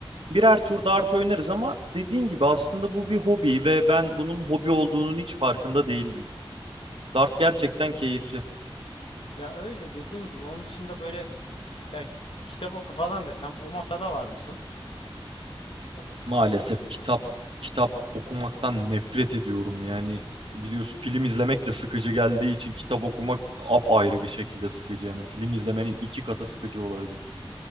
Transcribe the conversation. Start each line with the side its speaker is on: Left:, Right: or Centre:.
Right: birer tur dart oynarız ama dediğin gibi aslında bu bir hobi ve ben bunun hobi olduğunun hiç farkında değildim. Dart gerçekten
Left: Kesinlikle
Right: keyifli.
Left: öyle. Ya öyle dediğim gibi onun dışında böyle ya kitap oku falan desem o masada var mısın? Kitap okuma
Right: Maalesef
Left: işlerinde
Right: kitap
Left: yani.
Right: kitap okumaktan nefret ediyorum. Yani biliyorsun film izlemek de sıkıcı geldiği için kitap okumak apayrı bir şekilde sıkıcı. Yani film izlemenin iki katı sıkıcı olabilir.